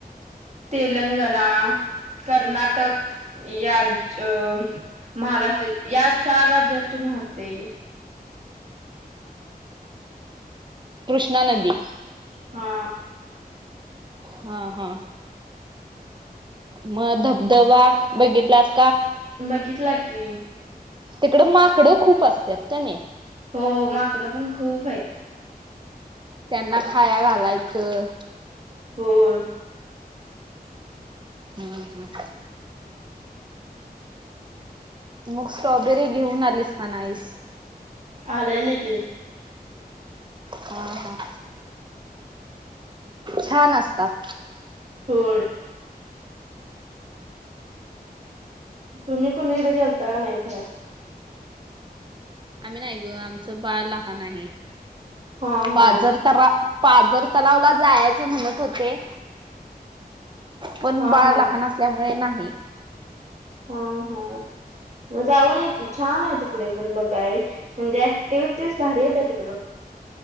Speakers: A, on the right; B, on the right.
A: तेलंगणा कर्नाटक यांच अं महाराष्ट्र या चार राज्यात तुम्ही होते.
B: कृष्णा नदी.
A: हा.
B: हा हा. मग धबधबा बघितला अस.
A: बघितला की.
B: तिकड माकडं खूप असत्यात कानाई
A: हो माकडं पण खूप आहेत.
B: त्यांना खाया घालायचं.
A: होर
B: हम्म हम्म मग स्ट्रॉबेरी घेऊन आलीस का नाहीस.
A: आलेली की
B: हा हा छान असतात
A: होय तुम्ही कुणीकडे गेलता का नाही फिरायला
B: आम्ही नाही ग आमचं बाळ लहान आहे
A: हा
B: पाझर
A: हा
B: तरा पाजर तलावला जायचं म्हणत होते पण
A: हा
B: बाळ
A: हा
B: लहान असल्यामुळे नाही
A: हा हम मग जाऊनय की छान आहे तिकडे पण बघाय म्हणजे ऍक्टिव्हटीस भारी येत तिकडे